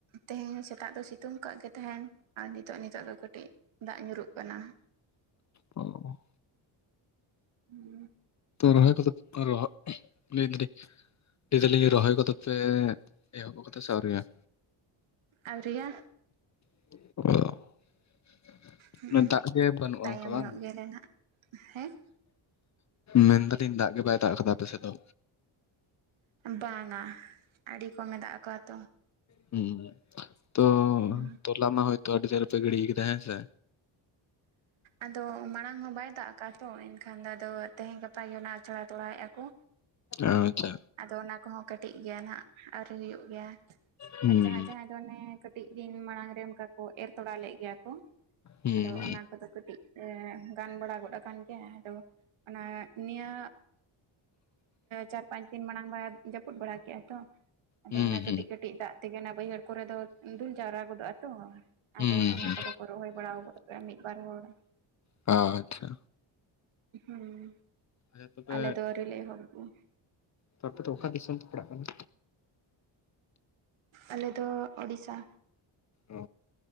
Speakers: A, on the right; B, on the left.
A: ᱛᱮᱦᱮᱧ ᱦᱚᱸ ᱥᱮᱛᱟᱜ ᱫᱚ ᱥᱤᱛᱩᱝ ᱠᱟᱜ ᱜᱮ ᱛᱟᱦᱮᱱ ᱟᱨ ᱱᱤᱛᱚᱜ ᱱᱤᱛᱚᱜ ᱫᱚ ᱠᱟᱹᱴᱤᱡ ᱫᱟᱜ ᱧᱩᱨᱩᱜ ᱠᱟᱱᱟ᱾
B: ᱚ
A: ᱦᱩᱸ
B: ᱨᱚᱦᱚᱭ ᱠᱚᱫᱚ ᱯᱮ ᱨᱚᱦᱚᱜ ᱞᱟᱹᱭ ᱫᱟᱞᱤᱧ ᱞᱟᱹᱭ ᱫᱟᱞᱤᱧ ᱨᱚᱦᱚᱭ ᱠᱚᱫᱚ ᱯᱮ ᱮᱦᱚᱵ ᱠᱟᱫᱟ ᱥᱮ ᱟᱹᱣᱨᱤ‌ ᱦᱟᱜ
A: ᱟᱣᱨᱤᱭᱟᱜ-ᱟ᱾
B: ᱚ
A: ᱦᱩᱸ
B: ᱫᱟᱜ ᱜᱮ ᱵᱟᱹᱱᱩᱜᱼᱟ
A: ᱛᱟᱭᱚᱢ
B: ᱚᱱᱠᱟ ᱵᱟᱝ
A: ᱧᱚᱜ ᱜᱮᱭᱟᱞᱮ ᱱᱟᱦᱟᱜ ᱦᱮᱸ
B: ᱢᱮᱱᱫᱟᱞᱤᱧ ᱫᱟᱜ ᱜᱮ ᱵᱟᱭ ᱫᱟᱜ ᱠᱟᱫᱟ ᱟᱯᱮ ᱥᱮᱫ ᱫᱚ᱾
A: ᱵᱟᱝᱟ ᱟᱹᱰᱤ ᱠᱚᱢᱮ ᱫᱟᱜ ᱠᱟᱫᱟᱛᱚ
B: ᱦᱩᱸ ᱛᱚ
A: ᱦᱩᱸ
B: ᱛᱚᱞᱟ ᱢᱟ ᱦᱚᱭᱛᱚ ᱟᱰᱤ ᱰᱷᱤᱨ ᱯᱮ ᱜᱤᱰᱤ ᱠᱟᱫᱟ ᱦᱮ ᱥᱮ
A: ᱟᱫᱚ ᱢᱟᱲᱟᱝ ᱢᱟ ᱵᱟᱭ ᱫᱟᱜ ᱟᱠᱟᱫᱼᱟ ᱛᱚ ᱮᱱᱠᱷᱟᱱ ᱫᱚ ᱟᱫᱚ ᱛᱮᱦᱤᱧ ᱜᱟᱯᱟ ᱜᱮ ᱚᱱᱟ ᱟᱪᱷᱟᱲᱟ ᱛᱚᱲᱟᱭᱮᱫᱼᱟ ᱠᱚ
B: ᱟᱪᱷᱟ
A: ᱟᱫᱚ ᱚᱱᱟ ᱠᱚᱦᱚᱸ ᱠᱟᱹᱴᱤᱡ ᱜᱮᱭᱟ ᱱᱟᱦᱟᱸᱜ ᱟᱹᱣᱨᱤ ᱦᱩᱭᱩᱜ ᱜᱮᱭᱟ
B: ᱦᱩᱸ
A: ᱟᱨ ᱡᱟᱦᱟᱸᱭ ᱡᱟᱦᱟᱸᱭ ᱫᱚ ᱚᱱᱮ ᱠᱟᱹᱴᱤᱡ ᱫᱤᱱ ᱢᱟᱲᱟᱝ ᱨᱮ ᱚᱱᱠᱟ ᱠᱚ ᱮᱨ ᱛᱚᱲᱟ ᱞᱮᱫ ᱜᱮᱭᱟ ᱠᱚ
B: ᱦᱩᱸ
A: ᱟᱫᱚ ᱚᱱᱟ ᱠᱚᱫᱚ ᱠᱟᱹᱴᱤ ᱤᱡ ᱜᱟᱱ ᱵᱟᱲᱟ ᱜᱚᱫ ᱟᱠᱟᱱ ᱜᱮᱭᱟ ᱟᱫᱚ ᱚᱱᱟ ᱱᱤᱭᱟᱹ ᱪᱟᱨ ᱯᱟᱸᱪ ᱫᱤᱱ ᱢᱟᱲᱟᱝ ᱵᱟᱭ ᱡᱟᱹᱯᱩᱫ ᱵᱟᱲᱟ ᱠᱮᱫᱼᱟ ᱛᱚ ᱟᱫᱚ
B: ᱦᱩᱸ
A: ᱚᱱᱟ ᱠᱟᱹᱴᱤᱡ
B: ᱦᱩᱸ
A: ᱠᱟᱹᱴᱤᱡ ᱫᱟᱜ ᱛᱮᱜᱮ ᱚᱱᱟ ᱵᱟᱹᱭᱦᱟᱹᱲ ᱠᱚᱨᱮ ᱫᱚ ᱫᱩᱞ ᱡᱟᱣᱨᱟ ᱜᱚᱫᱚᱜᱼᱟ ᱛᱚ
B: ᱦᱩᱸ
A: ᱟᱫᱚ ᱚᱱᱟ
B: ᱦᱩᱸ
A: ᱠᱚᱫᱚ ᱠᱚ ᱨᱚᱦᱚᱭ ᱵᱟᱲᱟ ᱜᱚᱫ ᱟᱠᱟᱫ ᱢᱤᱫ ᱵᱟᱨ ᱦᱚᱲ᱾
B: ᱚ ᱟᱪᱪᱷᱟ
A: <inaudible> ᱦᱩᱸ <inaudible>
B: ᱟᱪᱪᱷᱟ ᱛᱚᱵᱮ
A: ᱟᱞᱮ ᱫᱚ ᱟᱹᱣᱨᱤ ᱞᱮ ᱮᱦᱚᱵ ᱚᱜ ᱟ
B: ᱛ ᱟᱯᱮ ᱫᱚ ᱚᱠᱟ ᱫᱤᱥᱚᱢ ᱯᱮ ᱯᱟᱲᱟᱜ ᱠᱟᱱᱟ?
A: ᱟᱞᱮ ᱫᱚ ᱳᱲᱤᱥᱟ᱾
B: ᱚ